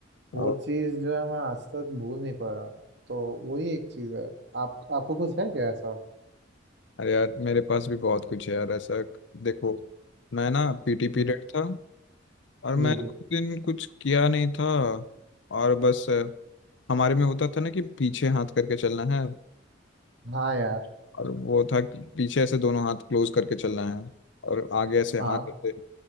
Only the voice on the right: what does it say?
वो चीज़ जो है मैं आज तक भूल नहीं पाया तो वही एक चीज़ है आप आपको कुछ है क्या ऐसा
हम्म,
जी
जी
हाँ यार
हाँ